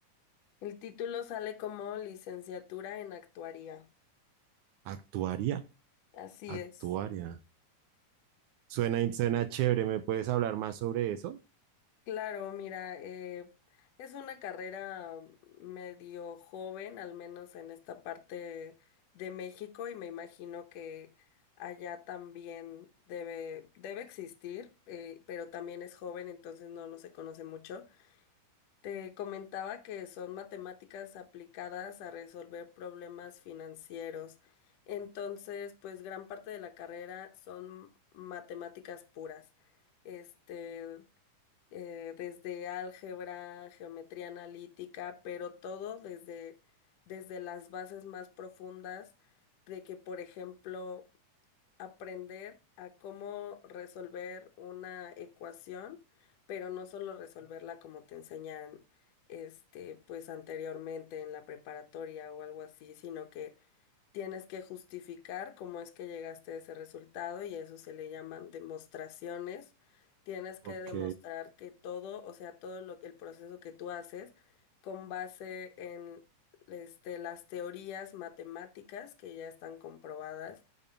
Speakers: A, on the left; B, on the right.
A: El título sale como licenciatura en actuaría.
B: Actuaria.
A: Así es.
B: Actuaria. Suena, suena chévere. ¿Me puedes hablar más sobre eso?
A: Claro, mira, eh, es una carrera medio joven, al menos en esta parte de México, y me imagino que allá también debe, debe existir, eh, pero también es joven, entonces no, no se conoce mucho. Te comentaba que son matemáticas aplicadas a resolver problemas financieros. Entonces, pues gran parte de la carrera son matemáticas puras. Este, eh, desde álgebra, geometría analítica, pero todo desde, desde las bases más profundas de que, por ejemplo, aprender a cómo resolver una ecuación, pero no solo resolverla como te enseñan, este, pues anteriormente en la preparatoria o algo así, sino que tienes que justificar cómo es que llegaste a ese resultado y a eso se le llaman demostraciones. Tienes que
B: Ok,
A: demostrar que todo, o sea, todo lo que el proceso que tú haces con base en este, las teorías matemáticas que ya están comprobadas